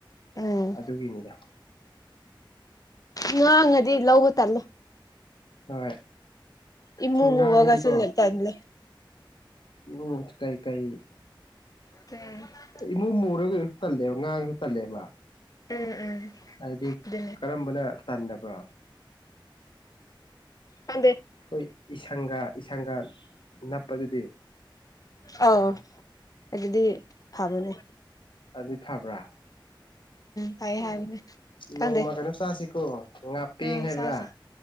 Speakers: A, on the left; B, on the left.
A: ꯎꯝ
B: ꯑꯗꯨꯒꯤꯅꯤꯗ
A: ꯉꯥꯡꯉꯗꯤ ꯂꯧꯕ ꯇꯜꯂꯨ
B: ꯍꯣꯏ
A: ꯏꯃꯨ
B: ꯉꯥꯡꯉꯗꯤꯀꯣ
A: ꯃꯨꯔꯒꯁꯨ ꯇꯜꯂꯦ
B: ꯎꯝ ꯀꯩꯀꯩ
A: ꯐ
B: ꯏꯃꯨꯡ ꯃꯨꯔꯒ ꯀꯩꯁꯨ ꯇꯜꯂꯦꯕ ꯉꯥꯡꯉꯁꯨ ꯇꯜꯂꯦꯕ
A: ꯎꯝ ꯎꯝ
B: ꯍꯥꯏꯗꯤ
A: ꯑꯗꯨꯅꯦ
B: ꯀꯔꯝꯕꯅ ꯇꯗꯕ꯭ꯔꯣ
A: ꯎ ꯑꯗꯦ
B: ꯑꯩꯈꯣꯏ ꯏꯁꯪꯒ ꯏꯁꯪꯒ ꯅꯞꯄꯗꯨꯗꯤ
A: ꯑꯥꯎ ꯑꯗꯨꯗꯤ ꯐꯕꯅꯦ
B: ꯑꯗꯨꯗꯤ ꯐꯥꯕ꯭ꯔꯥ
A: ꯐꯩ ꯍꯥꯏꯕꯅꯦ
B: ꯅꯣꯡꯃ
A: ꯈꯪꯗꯦ
B: ꯀꯩꯅꯣ ꯆꯁꯤꯀꯣ ꯉꯥꯄꯦꯡ
A: ꯑ
B: ꯍꯥꯏꯕ꯭ꯔꯥ
A: ꯆꯥꯁꯦ